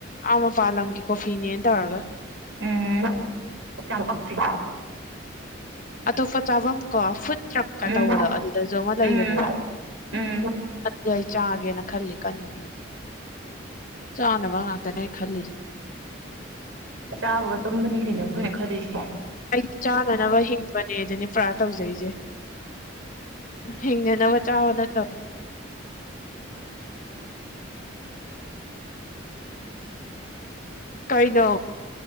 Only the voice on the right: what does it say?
ꯎꯝ ꯆꯝꯄꯤ
ꯎꯝ
ꯎꯝ ꯎꯝ
ꯆꯥꯕꯒ ꯇꯨꯝꯒꯅꯤ ꯀꯩꯅꯣ ꯑꯩꯈꯣꯏꯅ ꯈꯗꯁꯤ